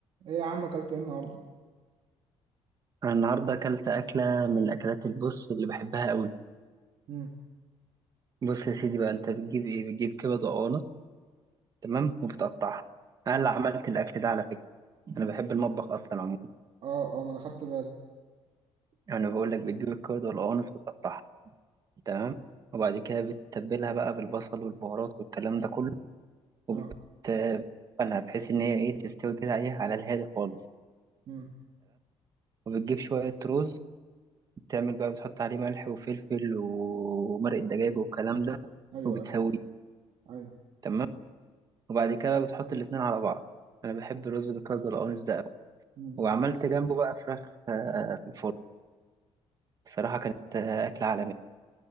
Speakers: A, on the right; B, on the right.
A: ايه يا عم اكلت ايه النهارده
B: أنا النهاردة أكلت أكلة من الأكلات البص اللي بحبها أوي
A: امم
B: بص يا سيدي بقى أنت بتجيب إيه بتجيب كبد وقوانص تمام وبتقطعها أنا اللي عملت الأكل ده على فكرة أنا بحب المطبخ أصلا عموما
A: اه اه ما انا خدت بالي
B: أنا بقول لك بتجيب الكبد والقوانص وتقطعها تمام وبعد كده بتتبلها بقى بالبصل والبهارات والكلام ده كله وبتقلها
A: اه
B: بحيث إن هي إيه تستوي كده إيه على الهادي خالص
A: امم
B: وبتجيب شوية رز بتعمل بقى بتحط عليه ملح وفلفل ومرق الدجاج والكلام ده
A: ايوه
B: وبتسويه
A: ايوه ايوه
B: تمام وبعد كده بتحط الاتنين على بعض انا بحب الرز بالكبده والقوانص ده قوي
A: امم
B: وعملت جنبه بقى فراخ آه، آه، في الفرن الصراحه كانت آه، اكله عالميه